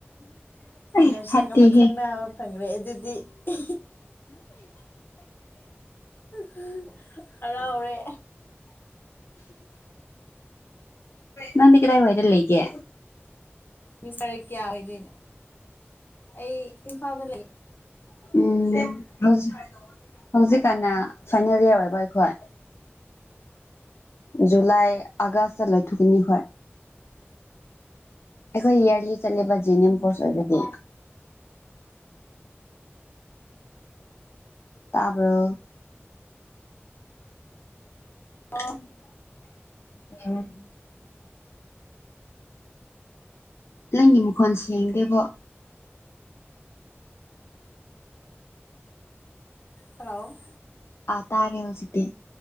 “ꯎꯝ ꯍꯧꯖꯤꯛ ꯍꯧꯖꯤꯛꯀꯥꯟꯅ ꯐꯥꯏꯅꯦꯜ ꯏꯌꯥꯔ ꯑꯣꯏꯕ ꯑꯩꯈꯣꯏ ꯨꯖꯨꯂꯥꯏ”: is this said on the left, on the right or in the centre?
Left